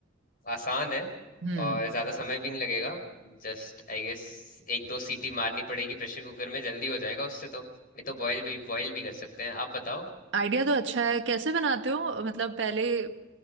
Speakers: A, on the left; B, on the right.
A: आसान है
B: हम्म
A: और ज्यादा समय भी नहीं लगेगा जस्ट आई गेस एक दो सीटी मारनी पड़ेगी प्रेशर कुकर में जल्दी हो जाएगा उससे तो नहीं तो बॉयल भी बॉयल भी कर सकते हैं आप बताओ
B: आइडिया तो अच्छा है कैसे बनाते हो मतलब पहले अ,